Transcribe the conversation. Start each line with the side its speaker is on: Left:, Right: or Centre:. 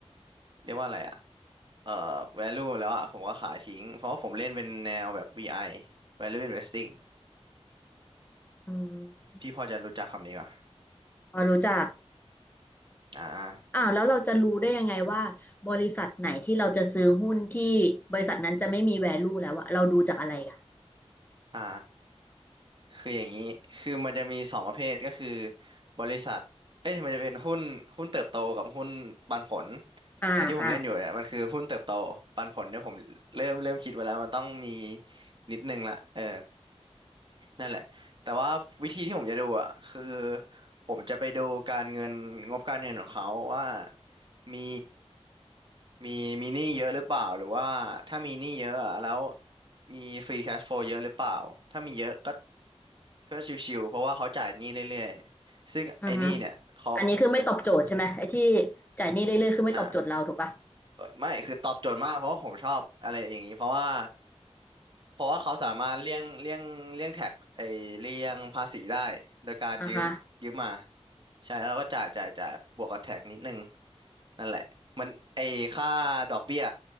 Right: เรียกว่าอะไรอ่ะเอ่อ value แล้วอ่ะผมก็ขายทิ้งเพราะว่าผมเล่นเป็นแนวแบบ VI value investing
Left: อืม
Right: พี่พอจะรู้จักคำนี้ป่ะ
Left: พอรู้จัก
Right: อ่า
Left: อ้าวแล้วเราจะรู้ได้ยังไงว่าบริษัทไหนที่เราจะซื้อหุ้นที่บริษัทนั้นจะไม่มี value แล้วอะเราดูจากอะไรอะ
Right: อ่า คืออย่างนี้ คือมันจะมีสองประเภทก็คือบริษัทเอ้ยมันจะเป็นหุ้นหุ้นเติบโตกับหุ้นปันผล
Left: อ่าอ่า
Right: แต่ที่ผมเล่นอยู่เนี่ยมันคือหุ้นเติบโตปันผลเนี่ยผมเริ่มเริ่มคิดไว้แล้วมันต้องมีนิดนึงละเออ นั่นแหละแต่ว่าวิธีที่ผมจะดูอ่ะคือผมจะไปดูการเงินงบการเงินของเขาว่ามีมีมีหนี้เยอะหรือเปล่าหรือว่าถ้ามีหนี้เยอะอะแล้วมีฟรีแคชโฟลเยอะหรือเปล่าถ้ามีเยอะก็ก็ชิวๆเพราะว่าเขาจ่ายหนี้เรื่อยๆซึ่งไอ้หนี้เนี่ยเขา
Left: อือฮึอันนี้คือไม่ตอบโจทย์ใช่ไหมไอ้ที่จ่ายหนี้เรื่อยๆคือไม่ตอบโจทย์เราถูกปะ
Right: อ่ะ เอ้ยไม่คือตอบโจทย์มากเพราะว่าผมชอบอะไรอย่างนี้เพราะว่าเพราะว่าเขาสามารถเลี่ยงเลี่ยงเลี่ยงแท็กไอเลี่ยงภาษีได้โดยการยืมยืมมา
Left: อ่าฮะ
Right: ใช่แล้วเราก็จ่ายจ่ายจ่ายบวกกับแท็กนิดนึงนั่นแหละมันไอค่าดอกเบี้ย